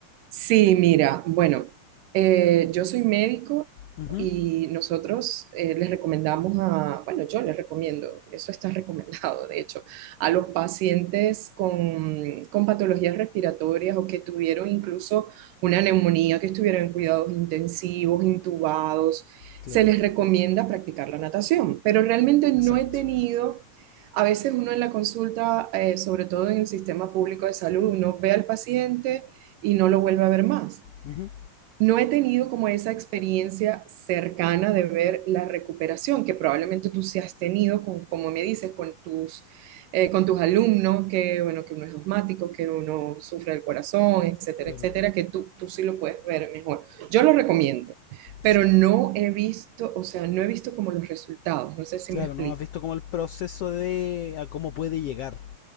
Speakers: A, on the right; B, on the left.
A: Sí, mira, bueno, eh, yo soy médico
B: Ujú,
A: y nosotros eh, les recomendamos a, bueno, yo les recomiendo, eso está <laughs> recomendado, de hecho, a los pacientes con, con patologías respiratorias o que tuvieron incluso una neumonía, que estuvieron en cuidados intensivos, intubados,
B: Claro,
A: se les recomienda practicar la natación, pero realmente no
B: exacto.
A: he tenido... A veces uno en la consulta, eh, sobre todo en el sistema público de salud, uno ve al paciente, y no lo vuelve a ver más.
B: Ujú,
A: No he tenido como esa experiencia cercana de ver la recuperación que probablemente tú sí has tenido, con, como me dices, con tus, eh, con tus alumnos, que, bueno, que uno es asmático, que uno sufre del corazón, etcétera,
B: Claro.
A: etcétera, que tú, tú sí lo puedes ver mejor. Yo lo recomiendo, pero
B: Sí.
A: no he visto, o sea, no he visto como los resultados, no sé si
B: Claro,
A: me explico.
B: no has visto como el proceso de a cómo puede llegar.